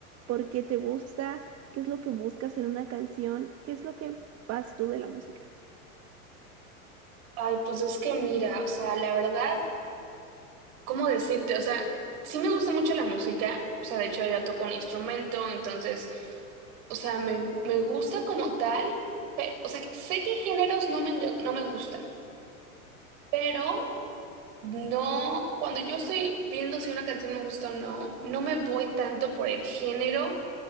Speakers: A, on the right (about 35°); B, on the right (about 55°).
A: ¿Por qué te gusta? ¿Qué es lo que buscas en una canción? ¿Qué es lo que vas tú de la música?
B: Ay, pues es que mira, o sea, la verdad. ¿cómo decirte? O sea, sí me gusta mucho la música, o sea, de hecho ya toco un instrumento, entonces, o sea, me, me gusta como tal, pe- o sea, sé que géneros no me, enga- no me gustan, pero no, cuando yo estoy viendo si una canción me gusta o no, no me voy tanto por el género,